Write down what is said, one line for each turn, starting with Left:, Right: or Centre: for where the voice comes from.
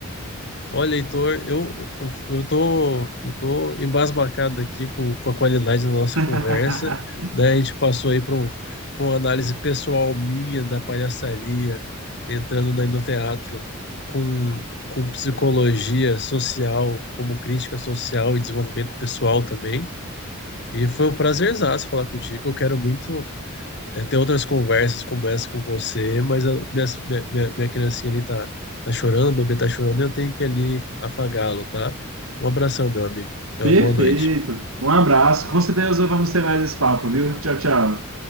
Left: Olha, Heitor, eu, eu, eu tô, eu tô embasbacado aqui com, com a qualidade da nossa
Right: <laughs>
Left: conversa, né? A gente passou aí para uma análise pessoal minha da palhaçaria, entrando no endoteatro com, com psicologia social, como crítica social e desenvolvimento pessoal também. E foi um prazerzaço falar contigo. Eu quero muito é, ter outras conversas como essa com você, mas a minha, minha, minha minha criancinha ali tá, tá chorando, o bebê tá chorando, eu tenho que ali afagá-lo, tá? Um abração, meu amigo. Tenha
Right: Perfeito.
Left: uma boa noite.
Right: Um abraço. Com certeza vamos ter mais esse papo, viu? Tchau, tchau.